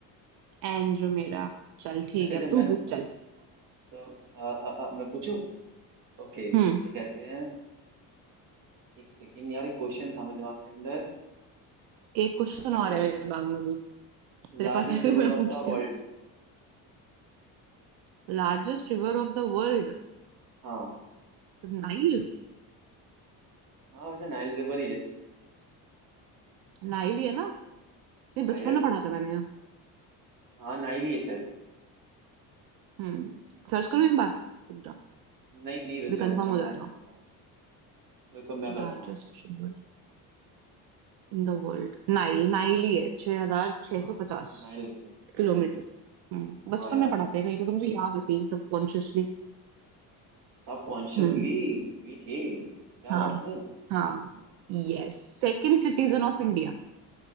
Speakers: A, on the right (about 80°); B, on the right (about 55°).
A: एंड्रोमेडा चल ठीक
B: अच्छा
A: है
B: अच्छा मैं
A: तू पूछ
B: तो,
A: चल
B: तो अ, अ, अ, मैं पूछूं ओके
A: हम्म
B: क्या कहते हैं एक सेकेंड यार एक क्वेश्चन था मेरे दिमाग के अंदर
A: एक क्वेश्चन
B: अच्छा
A: और
B: ये
A: है मेरे दिमाग में भी तेरे
B: largest
A: पास है तो
B: river
A: मैं
B: of
A: पूछती
B: the world
A: हूँ Largest river of the world
B: हाँ
A: Nile
B: हाँ वैसे नाइल रिवर ही है
A: Nile ही है ना ये
B: हाईएस्ट
A: बचपन में पढ़ा था मैंने ये।
B: हाँ नाइल ही है शायद
A: हम्म सर्च करूँ एक बार रुक जा
B: नहीं नहीं रुक
A: भी
B: जाओ
A: कंफर्म
B: रुक जाओ
A: हो जाएगा
B: मैं कर लेता हूँ रुको मैं करता
A: Largest
B: हूँ
A: river in the world Nile Nile ही है छह हजार छह
B: हाँ
A: सौ पचास
B: नाइल रिवर
A: किलोमीटर हम्म बचपन
B: हाँ यार
A: में पढ़ाते हैं कहीं तो तुमसे याद है कहीं सब कॉन्शियसली
B: सब कॉन्शियसली
A: हम्म
B: पीठ ही क्या
A: हाँ
B: बात
A: हाँ Yes Second citizen
B: है
A: of India